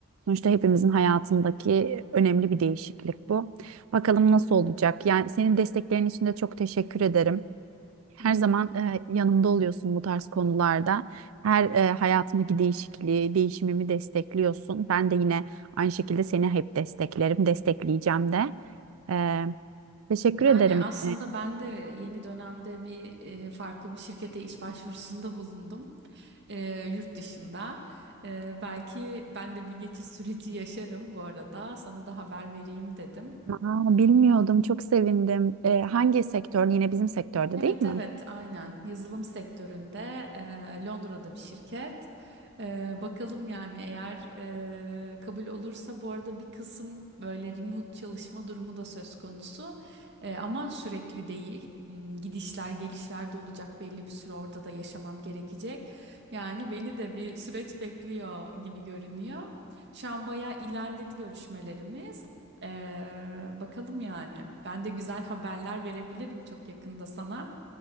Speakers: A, on the right (about 80°); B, on the right (about 55°).
A: sonuçta hepimizin hayatındaki önemli bir değişiklik bu. Bakalım nasıl olacak? Yani senin desteklerin için de çok teşekkür ederim. Her
B: ne
A: zaman
B: diyeceğim?
A: e, yanımda oluyorsun bu tarz konularda. Her e, hayatımdaki değişikliği, değişimimi destekliyorsun. Ben de yine aynı şekilde seni hep desteklerim, destekleyeceğim de. Ee, teşekkür ederim
B: Yani aslında ben de yeni dönemde bir e, farklı bir şirkete iş başvurusunda <laughs> bulundum. E, yurt dışında. E, belki ben de bir geçiş süreci yaşarım bu arada. Sana da haber vereyim dedim.
A: Aa, bilmiyordum. Çok sevindim. Ee, hangi sektörde? Yine bizim sektörde
B: Evet
A: değil mi?
B: evet aynen yazılım sektöründe e, Londra'da bir şirket. E, bakalım yani eğer e, kabul olursa bu arada bir kısım böyle remote çalışma durumu da söz konusu. E, ama sürekli değil. Hmm, Gidişler gelişler de olacak belli bir süre orada da yaşamam gerekecek. Yani beni de bir süreç bekliyor gibi görünüyor. Şu an bayağı ilerledi görüşmelerimiz. Ee, bakalım yani. Ben de güzel haberler verebilirim çok yakında sana.